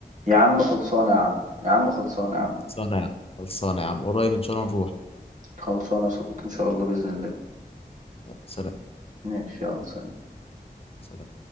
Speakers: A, on the right (about 50°); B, on the left (about 35°).
A: يا عم خلصانه يا عم يا عم خلصانه يا عم
B: خلصانه يا عم خلصانه يا عم قريب ان شاء الله نروح
A: خلصانه يا صديقي ان شاء الله باذن الله
B: يلا سلام
A: ماشي يلا سلام.
B: سلام